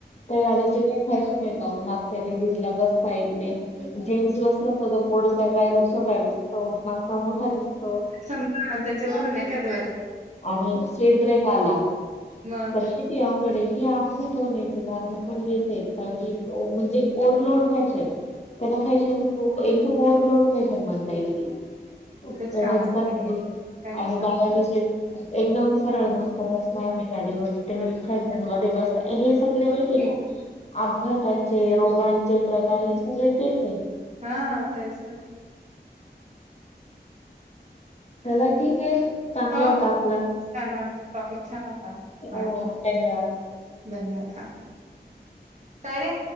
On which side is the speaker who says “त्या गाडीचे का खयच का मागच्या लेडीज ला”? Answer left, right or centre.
Left